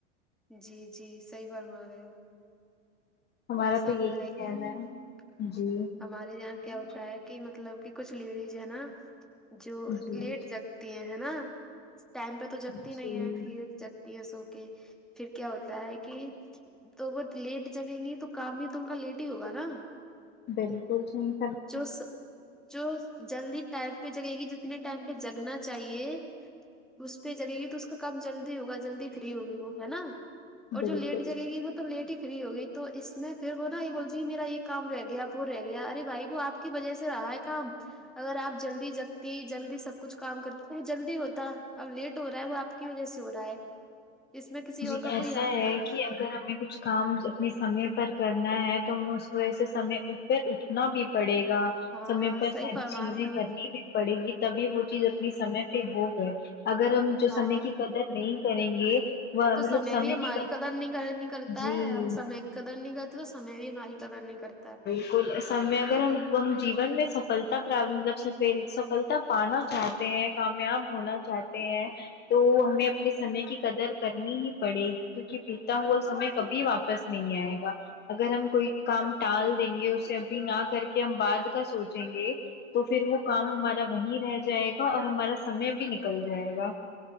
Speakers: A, in the centre; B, on the left.
A: جی جی صحیح فرما رہے ہو
B: ہمارا
A: وہ ایسا
B: تو
A: ہوتا
B: یہی
A: ہے
B: کہنا
A: کہ
B: ہے جی
A: ہمارے یہاں کیا ہوتا ہے کہ مطلب کہ کچھ لیڈیز ہے نا جو
B: جی
A: لیٹ جگ تی ہے نا ٹائم پہ تو جگتی
B: جی
A: نہیں ہے پھر جک پیس او کے پھر کیا ہوتا ہے کہ تو وہ لیٹ جگیں گے تو کام بھی تو ان کا لیٹ ہی ہوگا نا
B: بلکل صحی
A: جو اس جو جلدی ٹائم پہ جگے گی جتنے ٹائم پہ جگنا چاہیے اس پہ جگے گی تو اس کا کام جلدی ہوگا جلدی فری ہوگی وہ ہے نا اور
B: بالکل
A: جو لیٹ جگے گی وہ تو لیٹ ہی فری ہوگی تو اس میں پھر وہ نا یہ بولتی میرا یہ کام رہ گیا اپ وہ رہ گیا ارے بھائی وہ آپ کی وجہ سے رہا ہے کام اگر آپ جلدی جگتی جلدی سب کچھ کام کرتی تو جلدی ہوتا اب لیٹ ہو رہا ہے وہ آپ کیا وجھ سے ہورہا ہے اس میں کسی
B: جی
A: اور کا
B: ایسا
A: کوئی ہاتھ نہیں
B: ہے کہ اگر ہمیں کچھ کچھ کام اپنے سمے پر کرنا ہے تو اس وجہ سے سمے پر اٹھنا بھی پڑے گا
A: ہاں
B: سمے پر
A: صحیح
B: ساری
A: فرما
B: چیزیں
A: رہے ہو
B: کرنی بھی پڑے گی تبھی وہ چیز
A: ہ
B: اپنی سمے پہ ہو گئے اگر ہم جو
A: ہاں
B: سمے کی قدر نہیں کریں گے وہ
A: تو سمے
B: مطلب
A: بھی ہماری
B: کی
A: قدر نہیں ک نہیں کرتا
B: جی
A: ہے ہم سمے قدر نہیں کرتے تو سمے بھی ہماری قدر نہیں کرت
B: تو سب میں اگر ہم جیون میں سفلتا پراب صافے سفلتا پانا تھا تے ہیں کامیاب ہونا چاہتے ہیں تو ہمیں اپنے سمے کی قدر کرنی ہی پڑے گی کیوںکہ بیتا ہوا سمے کبھی واپس نہیں آئے گا اگر ہم کوئی کام ٹال دیں گے اسے ابھی نہ کر کے ہم بعد کا سوچیں گے تو پھر وہ کام ہمارا وہیں رہ جائے گا اور ہمارا سمے بھی نکل جائے گا